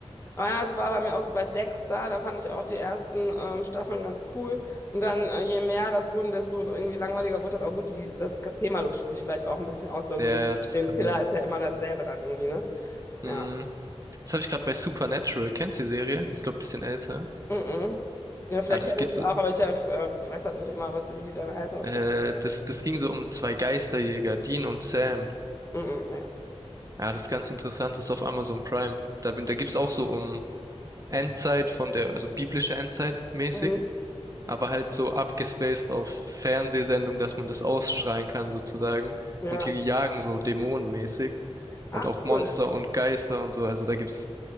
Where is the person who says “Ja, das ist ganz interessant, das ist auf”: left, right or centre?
Right